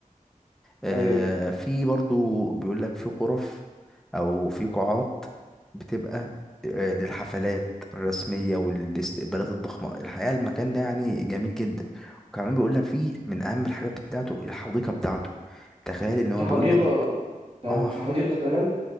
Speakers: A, in the centre; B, on the right.
A: آه،
B: ايوه
A: في برضو بيقول لك في غرف أو في قاعات بتبقى آه، للحفلات الرسمية والاستقبالات الضخمة الحقيقة المكان ده يعني جميل جدا وكمان بيقول لك فيه من أهم الحاجات بتاعته الحديقة بتاعته تخيل ان هو
B: في حديقه
A: بيقول
B: كان
A: اه
B: في حديقه كمان